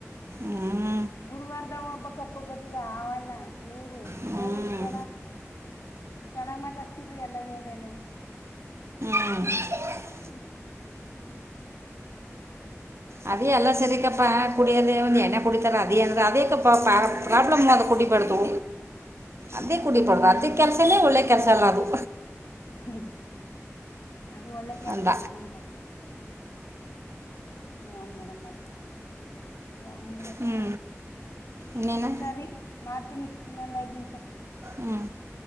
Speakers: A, on the right; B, on the left.
A: ಹ್ಮ್
B: ಗುರುವಾರದ ಒಬ್ಬ ಕಪ್ಪುಗೆ ಬರ್ತಿದ್ದ ಆವಣ್ಣ ಇವರು
A: ಹ್ಞೂ
B: ಮೂರ್ ಜನ ಚೆನ್ನಾಗ್ ಮಾತಡ್ತಿದ್ರು ಎಲ್ಲವಿ ಅವ್ರ ಎಲ್ಲವಿ
A: ಹು
B: ಹ್ಮ್
A: ಅ ಎಲ್ಲ
B: ಹ್ಮ್
A: ಸರಿ ಕಪ್ಪ ಕುಡಿಯದೇ ಒಂದು ಎಣ್ಣ ಕುಡಿತಾರೆ ಅದೇ ಅಂದ್ರ ಅದಕ್ಕೆ ಪ್ರಾಬ್ಲಮ್ ಅ ಕುಡ. ಬದು ಅದ ಕುಡಿಬಡ್ವಾರೆ ಅದ ಕೆಲಸಲ್ಲೇ
B: ಹ್ಮ್
A: ಒಳ್ಳೆ ಕೆಲಸ ಎಲ್ಲ ಅದು.
B: ಅದ ಅದು ಒಳ್ಳೆ ಕೆಲ್ಸ
A: ಅಂದ
B: ಅಲ್ಲ ಮತ್ತೆ. ಹ್ಮ್. ನ್ ಮಾಡಕ ಏನ್ ಮಾಡಕ್
A: ಹ್ಞೂ
B: ಆಗಲ್ಲ
A: ಇನ್ನೇನು
B: ಸರಿ ಮಾಡ್ತೀನಿ ಇನ್ನೊಂದ್ ಐದ್ ದನ್ಸ.
A: ಹ್ಞೂ